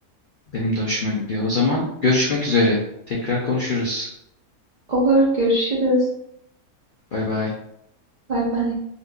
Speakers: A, on the left; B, on the right.
A: Benim de hoşuma gidiyor. O zaman görüşmek üzere. Tekrar konuşuruz.
B: Olur, görüşürüz.
A: Bay bay.
B: Bay bay.